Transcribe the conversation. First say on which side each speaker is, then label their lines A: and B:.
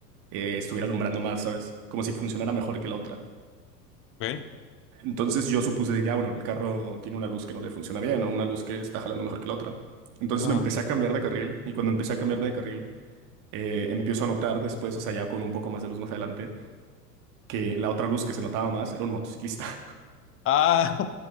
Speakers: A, on the right; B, on the left.
A: eh, estuviera alumbrando más, ¿sabes? Como si funcionara mejor que la otra.
B: ok,
A: Entonces yo supuse de que, ah, bueno, el carro tiene una luz que no le funciona bien o una luz que está jalando mejor que la otra. Entonces
B: ajá.
A: me empecé a cambiar de carril y cuando empecé a cambiarme de carril, eh, empiezo a notar después, o sea, ya con un poco más de luz más adelante, que la otra luz que se notaba más era un motociclista. <laughs>
B: Ah, <laughs>